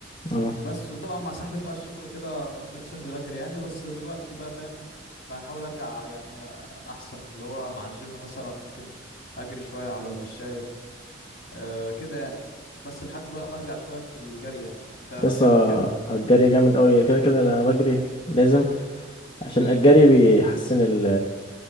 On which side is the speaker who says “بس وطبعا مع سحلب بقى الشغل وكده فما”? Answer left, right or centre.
Left